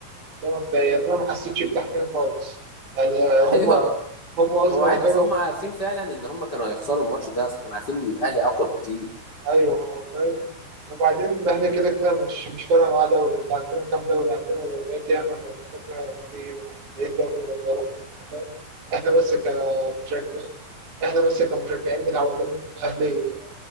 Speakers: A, on the right; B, on the left.
A: ده مبدئيا يعني انا ما حسيتش بتحفيل خالص يعني
B: <laughs>
A: هم
B: ايوه
A: هم اصلا
B: هو عادي
A: اخرهم
B: اصلا هم عارفين فعلا ان هم كانوا هيخسروا الماتش ده اصلا كانوا عارفين ان الاهلي اقوى بكتير
A: ايوه فاهم وبعدين الاهلي كده كده مش مش فارقه معاه دوري انت عندنا كام دوري عندنا دوريات ياما فالفكره في ايه إيه الدوري لما يروح من فاهم احنا بس كمشجع احنا بس كمشجعين متعودين ان الاهلي